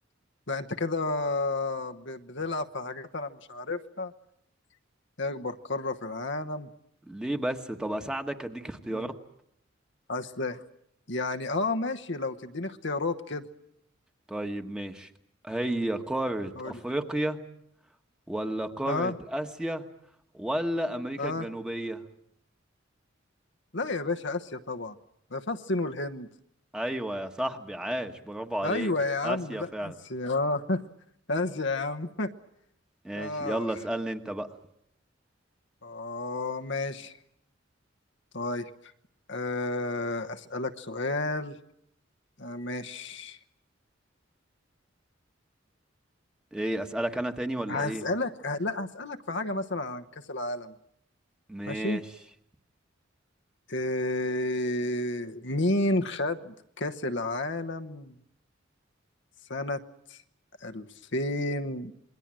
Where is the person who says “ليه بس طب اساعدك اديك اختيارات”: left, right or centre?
Centre